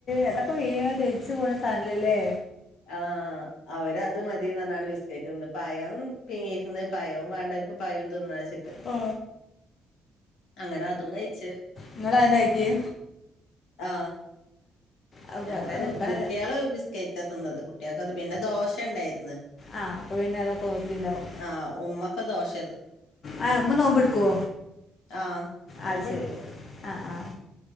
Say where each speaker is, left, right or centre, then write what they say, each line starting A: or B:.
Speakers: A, on the left; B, on the left.
A: അതൊക്കെ വീണാ ദ്രവിച്ച് പോണ സാധനല്ലേലേ?
B: ആ അവരത് മതിന്നറഞ്ഞാണ് ബിസ്കറ്റ്ന്നത് പയം പിങ്ങീക്ക്ന്ന്. പയം വേണ്ടവർക്ക് പയോം തിന്നാച്ച്
A: ആ
B: അങ്ങനെ അതും കഴിച്ചു.
A: നിങ്ങൾ അതിനെ ആക്കിയേ
B: ആ
A: അത്
B: ഞങ്ങളത്
A: പറയാൻ
B: <unintelligible>
A: നിൽക്കണല്ലേ
B: കുട്ട്യാള് ബിസ്കേറ്റാ തിന്നത് കുട്ട്യാൾക്കത് പിന്ന ദോശ ഉണ്ടായിര്ന്ന്.
A: ആ അപ്പ പിന്നെ അതൊക്കെ നോക്കിണ്ടാവും
B: ആ ഉമ്മക്ക് ദോശ
A: ആ ഉമ്മ നോമ്പ്ടുക്കോ?
B: ആഹ് നോമ്പെടുക്കും
A: അയ്ശരി ആ ആ